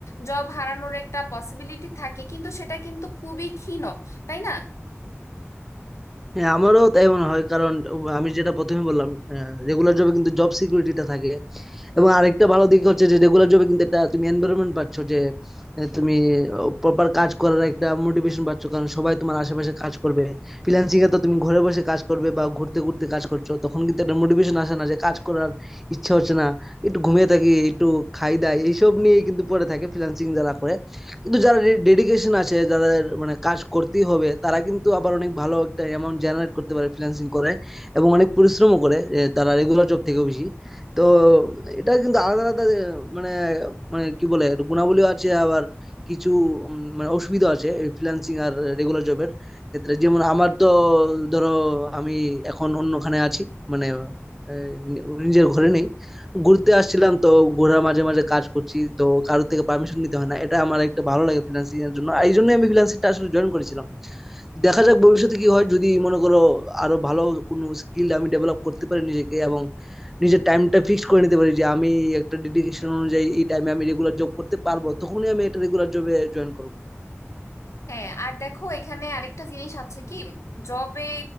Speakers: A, on the left (about 85°); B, in the centre.
A: জব হারানোর একটা পসিবিলিটি থাকে কিন্তু সেটা কিন্তু খুবই ক্ষীণ তাই না
B: হ্যাঁ আমারও তাই মনে হয় কারণ আমি যেটা প্রথমে বললাম রেগুলার জবে কিন্তু জব সিকিউরিটিটা থাকে এবং আরেকটা ভালো দিক হচ্ছে যে রেগুলার জবে কিন্তু একটা তুমি এনভায়রনমেন্ট পাচ্ছ যে আহ, তুমি প্রপার কাজ করার একটা মোটিভেশন পাচ্ছ কারণ সবাই তোমার আশেপাশে কাজ করবে ফ্রিল্যান্সিং এ তো তুমি ঘরে বসে কাজ করবে বা ঘুরতে ঘুরতে কাজ করছো তখন কিন্তু একটা মোটিভেশন আসে না যে কাজ করার ইচ্ছা হচ্ছে না একটু ঘুমিয়ে থাকি একটু খাই দাই এইসব নিয়ে কিন্তু পড়ে থাকে ফ্রিল্যান্সিং যারা করে কিন্তু যারা ডেডিকেশন আছে যাদের মানে কাজ করতেই হবে তারা কিন্তু আবার অনেক ভালো একটা অ্যামাউন্ট জেনারেট করতে পারে ফ্রিল্যান্সিং করে এবং অনেক পরিশ্রমও করে এ, তারা রেগুলার জব থেকেও বেশি তো এটা কিন্তু আলাদা আলাদা এ, মানে মানে কি বলে এটা গুণাবলীও আছে আবার কিছু উম, মানে অসুবিধা আছে ফ্রিল্যান্সিং আর রেগুলার জবের ক্ষেত্রে যেমন আমার তো ধরো আমি এখন অন্যখানে আছি মানে এ, নিজের ঘরে নেই ঘুরতে আসছিলাম তো ঘোরার মাঝে মাঝে কাজ করছি তো কারোর থেকে পারমিশন নিতে হয় না এটা আমার একটা ভালো লাগে ফ্রিল্যান্সিং এর জন্য আর এই জন্যই আমি ফ্রিল্যান্সিংটা আসলে জয়েন করেছিলাম দেখা যাক ভবিষ্যতে কি হয় যদি মনে করো আরো ভালো কোনো স্কিল আমি ডেভেলপ করতে পারি নিজেকে এবং নিজের টাইমটা ফিক্স করে নিতে পারি যে আমি একটা ডেডিকেশন অনুযায়ী এই টাইমে আমি রেগুলার জব করতে পারবো তখনই আমি একটা রেগুলার জবে জয়েন করবো
A: হ্যাঁ আর দেখো এখানে আরেকটা জিনিস আছে কি জবে